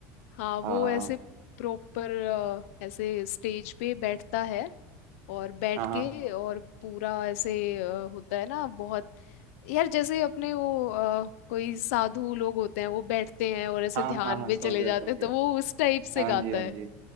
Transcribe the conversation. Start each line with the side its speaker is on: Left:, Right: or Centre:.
Left: हाँ वो
Right: हाँ
Left: ऐसे प्रॉपर ऐसे स्टेज पे बैठता है और बैठ
Right: हाँ हाँ
Left: के और पूरा ऐसे अ, होता है ना बहुत यार जैसे अपने वो अ, कोई साधु लोग होते हैं वो बैठते हैं और ऐसे
Right: हाँ
Left: ध्यान
Right: हाँ हाँ
Left: में
Right: समझ
Left: चले
Right: गया
Left: जाते
Right: समझ
Left: हैं
Right: गया
Left: तो वो उस टाइप से
Right: हाँ
Left: गाता
Right: जी हाँ
Left: है
Right: जी